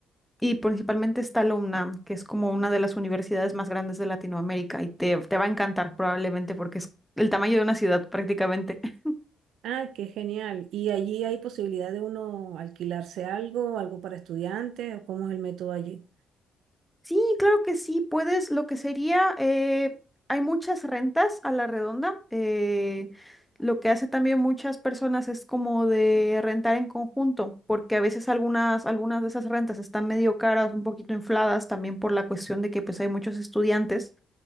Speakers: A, in the centre; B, on the right.
A: y principalmente está la UNAM, que es como una de las universidades más grandes de Latinoamérica y te, te va a encantar probablemente porque es el tamaño de una ciudad prácticamente. <laughs>
B: Ah, qué genial. ¿Y allí hay posibilidad de uno alquilarse algo, algo para estudiantes o cómo es el método allí?
A: Sí, claro que sí, puedes, lo que sería, eh, hay muchas rentas a la redonda. eh, lo que hace también muchas personas es como de rentar en conjunto, porque a veces algunas, algunas de esas rentas están medio caras, un poquito infladas también por la cuestión de que pues hay muchos estudiantes.